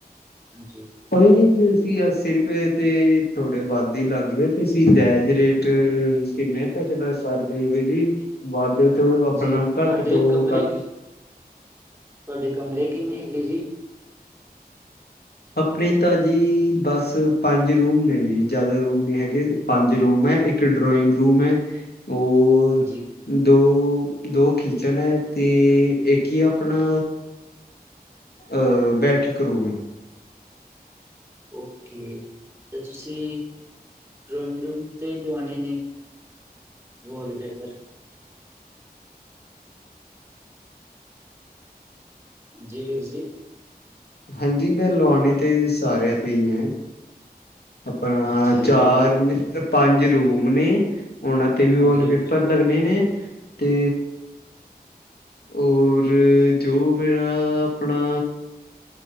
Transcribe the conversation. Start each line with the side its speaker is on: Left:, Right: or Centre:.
Right: ਹਾਂਜੀ।
Left: ਭਾਜੀ ਅਸੀਂ, ਅੱਸੀ ਰੁਪਏ ਤੇ ਥੋੜੇ ਵੱਧ ਹੀ ਲੱਗਦੇ ਤੁਸੀ ਜਾਇਜ਼ ਰੇਟ। ਕਿੰਨੇ ਤੱਕ ਦਾ ਸਰ ਦੇਵੇ ਜੀ ਵੱਧ ਤੋਂ
Right: ਹਾਂਜੀ
Left: ਆਪਣਾ ਘੱਟ
Right: ਤੁਹਾਡੇ
Left: ਤੋਂ
Right: ਕਮਰੇ
Left: ਘੱਟ।
Right: ਤੁਹਾਡੇ ਕਮਰੇ ਕਿੰਨੇ ਹੈਗੇ ਜੀ?
Left: ਆਪਣੇ ਤਾਂ ਜੀ ਬਸ ਪੰਜ ਰੂਮ ਨੇ ਜੀ ਜ਼ਿਆਦਾ ਰੂਮ ਨੀ ਹੈਗੇ। ਪੰਜ ਰੂਮ ਹੈ ਇੱਕ ਡਰਾਇੰਗ ਰੂਮ ਹੈ ਹੋਰ।
Right: ਹਾਂਜੀ
Left: ਦੋ, ਦੋ ਕਿਚਨ ਹੈ ਤੇ ਇੱਕ ਹੀ ਆਪਣਾ। ਅ ਬੈਠਕ ਰੂਮ?
Right: ਓਕੇ ਤੇ ਤੁਸੀਂ, ਡਰੋਇੰਗ ਰੂਮ ਤੇ ਲਵਾਣੇ ਨੇ? Wallpaper. ਜੀ ਵੀਰ ਜੀ?
Left: ਹਾਂਜੀ, ਮੈਂ ਲਵਾਣੇ ਤੇ ਸਾਰਿਆਂ ਤੇ ਹੀ ਹੈ। ਆਪਣਾ
Right: ਅੱਛਾ
Left: ਚਾਰ
Right: ਜੀ
Left: ਪੰਜ ਰੂਮ ਨੇ ਉਹਨਾਂ ਤੇ ਵੀ ਵਾਲਪੇਪਰ।
Right: ਹਾਂਜੀ ਹਾਂਜੀ
Left: ਲੱਗਣੇ ਨੇ ਤੇ ਔਰ ਜੋ ਮੇਰਾ ਆਪਣਾ